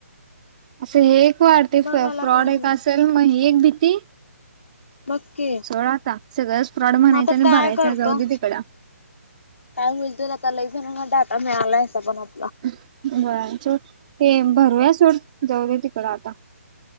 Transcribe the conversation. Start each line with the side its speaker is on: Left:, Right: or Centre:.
Right: असं हे खूप वाटते
Left: बघायला
Right: फ फ्रॉड
Left: पाहिजे
Right: एक असेल मग ही एक भीती, ती
Left: बघकी
Right: सोड आता सगळं फ्रॉड म्हणायचा
Left: मग आता
Right: आणि
Left: काय
Right: भरायचा
Left: करतो
Right: जाऊ दे तिकड.
Left: काय होईल तर आता लय जणांना डाटा मिळालाय असा पण आता.
Right: <unintelligible> ते भरुया सोड जाऊ दे तिकडं आती.